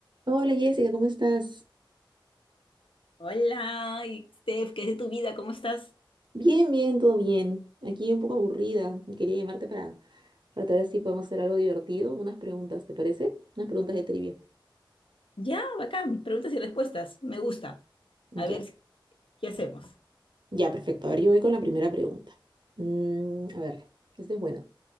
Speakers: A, on the right (about 60°); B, on the left (about 85°).
A: Hola Jessica, ¿cómo estás?
B: Hola, y Steph, ¿qué es de tu vida? ¿Cómo estás?
A: Bien, bien, todo bien. Aquí un poco aburrida. y Quería llamarte para, para ver si podemos hacer algo divertido. Unas preguntas, ¿te parece? Unas preguntas de trivia.
B: Ya, bacán. Preguntas y respuestas. Me gusta. A ver,
A: Ya,
B: ¿qué hacemos?
A: ya, perfecto. A ver, yo voy con la primera pregunta. Mm, a ver, esta es buena.